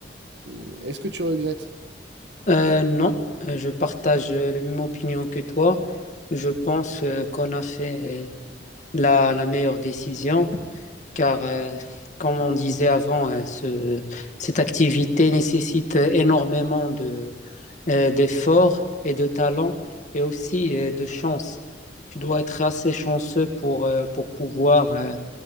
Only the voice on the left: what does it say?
Euh, non, euh, je partage euh, la même opinion que toi. Je pense euh, qu'on a fait euh, la, la meilleure décision car euh, comme on disait avant, euh, ce- cette activité nécessite énormément de, euh, d'efforts et de talent et aussi euh, de chance. Tu dois être assez chanceux pour, euh, pour pouvoir euh,